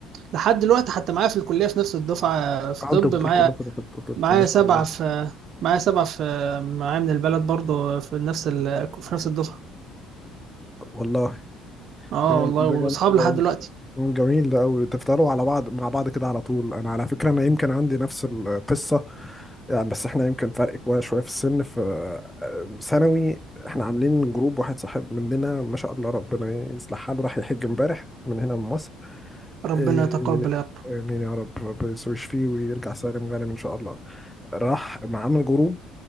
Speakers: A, on the right (about 60°); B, in the centre.
A: لحد دلوقتي حتى معايا في الكلية في نفس الدفعة في
B: آه،
A: طب
B: انتوا بتقول
A: معايا
B: كلكم دخلتوا
A: معايا
B: طب ما شاء
A: سبعة
B: الله
A: في معايا سبعة في معايا من البلد برضه في نفس ال... في نفس الدفعة
B: والله
A: اه
B: ده جم-
A: والله
B: ده
A: واصحاب
B: جميل ده
A: لحد
B: أوي.
A: دلوقتي
B: م، جميل ده قوي تفضلوا على بعض مع بعض كده على طول انا على فكرة انا يمكن عندي نفس القصة يعني بس احنا يمكن فرق كويس شوية في السن في آه، ثانوي احنا عاملين جروب واحد صاحب مننا ما شاء الله ربنا يصلح حاله راح يحج امبارح من هنا من مصر
A: ربنا
B: آه،
A: يتقبل يا رب
B: آه، آمين يا رب ربنا يشفيه ويرجع سالم غانم إن شاء الله راح مع عامل جروب